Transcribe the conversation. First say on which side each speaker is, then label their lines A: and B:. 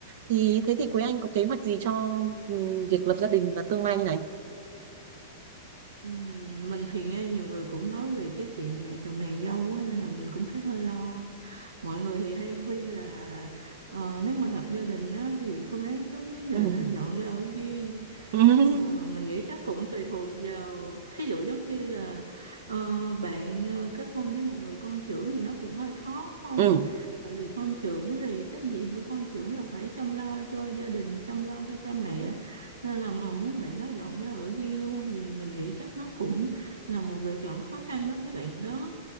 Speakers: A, on the right; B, on the right.
A: thì thế thì Quế Anh có kế hoạch gì cho ừ, việc lập gia đình và tương lai như này
B: ừ, mình thì nghe nhiều người cũng nói về cái chuyện mẹ chồng nàng dâu á nên là mình cũng thấy hơi lo mọi người thì hay khuyên là ờ, nếu mà lập gia đình á thì phương án tốt nhất là
A: ừ.
B: nên dọn ra ở riêng
A: <laughs>
B: nhưng mà mình nghĩ chắc cũng tùy thuộc vào thí dụ giống như là ờ, bạn ờ, kết hôn với một người con trưởng thì nó cũng hơi khó phải không
A: ừ.
B: tại vì con trưởng thì trách nhiệm của con trưởng là phải chăm lo cho gia đình chăm lo cho cha mẹ nên là mà muốn bạn nó dọn ra ở riêng luôn thì mình nghĩ chắc nó cũng là một lựa chọn khó khăn đối với bạn đó